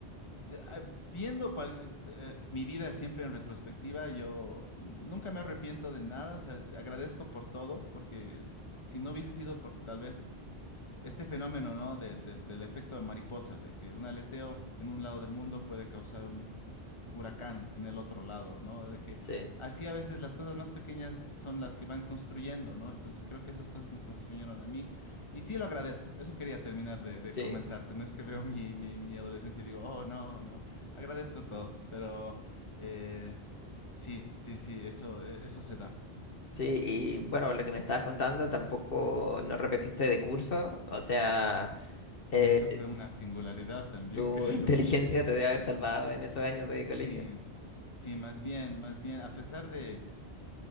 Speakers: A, on the left; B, on the left.
A: de- ah, viendo cual- eh, eh, mi vida siempre en retrospectiva, yo nunca me arrepiento de nada. O sea, te agradezco por todo, porque si no hubiese sido por tal vez este fenómeno, ¿no? Del, del, del efecto de mariposa, de que un aleteo en un lado del mundo puede causar un huracán en el otro lado, ¿no? De que
B: sí,
A: así a veces las cosas más pequeñas son las que van construyendo, ¿no? Entonces creo que esas cosas me construyeron a mí y sí lo agradezco. Eso quería terminar de, de
B: sí,
A: comentarte. No es que veo mi, mi, mi adolescencia y digo, oh, no, no. Agradezco todo, pero eh, sí, sí, sí, eso, eh, eso se da.
B: sí, y bueno, lo que me estabas contando tampoco no repetiste de curso, o sea,
A: Sí,
B: eh,
A: eso fue una singularidad también,
B: tu
A: <laughs> creo.
B: <laughs> inteligencia te debe haber salvado en esos años de colegio.
A: Sí, sí, más bien, más bien, a pesar de